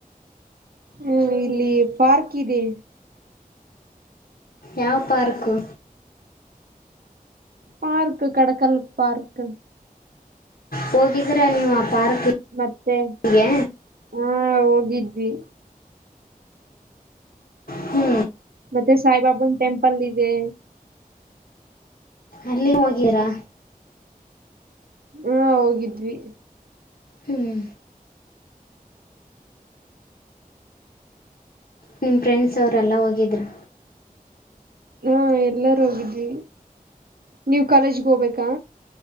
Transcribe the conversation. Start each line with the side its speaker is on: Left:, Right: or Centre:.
Right: ಹಾ ಇಲ್ಲಿ ಪಾರ್ಕ್ ಇದೆ.
Left: ಯಾವ ಪಾರ್ಕ್ಕು?
Right: ಪಾರ್ಕ್ ಕಡಕಲ್ ಪಾರ್ಕ್
Left: ಹೋಗಿದ್ರೆ ನೀವು ಆ ಪಾರ್ಕ್
Right: ಮತ್ತೆ
Left: ಹೀಗೆ
Right: ಹಾ ಹೋಗಿದ್ವಿ.
Left: ಹ್ಞೂ
Right: ಮತ್ತೆ ಸಾಯಿಬಾಬಾ ಟೆಂಪಲ್ ಇದೆ
Left: ಅಲ್ಲಿ ಹೋಗಿರಾ
Right: ಹಾ ಹೋಗಿದ್ವಿ
Left: ಹ್ಮ್ ನಿಮ್ಮ ಫ್ರೆಂಡ್ಸ್ ಅವರೆಲ್ಲ ಹೋಗಿದ್ರು.
Right: ಹಾ ಎಲ್ಲರೂ ಹೋಗಿದ್ವಿ ನೀವ್ ಕಾಲೇಜ್ಗೆ ಹೋಗಬೇಕಾ?